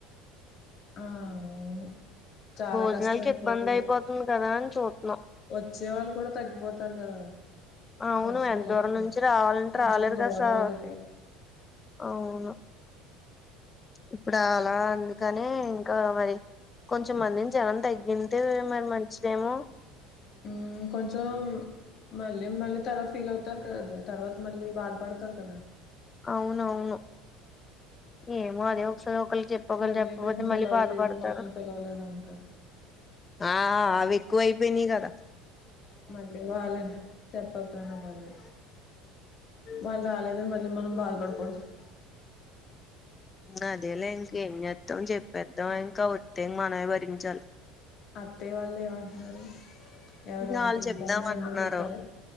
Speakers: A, on the left (about 45°); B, on the left (about 25°).
A: ఆ అవును చాలా
B: భోజనాలకి
A: కష్టం అయిపోతుది
B: ఇబ్బంది అయిపోతుంది కదా అని చూతున్నాం
A: వచ్చే వాళ్ళ కూడా తగ్గిపోతారు కదా
B: అవును
A: వర్షాలు
B: ఎద్దదూరం
A: అయితే
B: నుంచి రావాలంటే
A: కొంచెం
B: రాలేదు
A: దూరం
B: కసా
A: ఒకటి
B: అవును ఇప్పుడు అలా అందుకనే ఇంకా మరి కొంచెం మంది జనం తగ్గి ఇంతే మరి మంచిదేమో
A: ఉ కొంచెం మళ్ళీ మళ్ళీ తర్వాత ఫీల్ అవుతారు కద తర్వాత మళ్ళీ బాధపడతారు కద
B: అవునవును ఏమో అది ఒకస ఒకళకి చెప్పి ఒగలికి
A: మళ్ళీ
B: చెప్పపోతే
A: మేము
B: మళ్ళీ
A: పిలవలేదు
B: బాధపడతారు
A: మనల్ని పిలవలేదు అంటారు
B: ఆ అవి ఎకువయిపోయిని గదా
A: మళ్ళీ వాళ్ళన్ చెప్పకపోయినా బాధే వాళ్ళు రాలేదని మళ్ళీ మనం బాధపడకూడదు
B: అదేలే ఇంకేంచేద్దాం చెప్పేద్దాం ఇంకా వత్తే మనమే భరించాలి
A: అత్తయ్య వాళ్ళు ఏమంటున్నారు ఎవరెవరిని
B: వాళ్ళు
A: పిలుద్దామని
B: చెప్దాం
A: ఏమన్నా
B: అంటున్నారు
A: చెప్పారా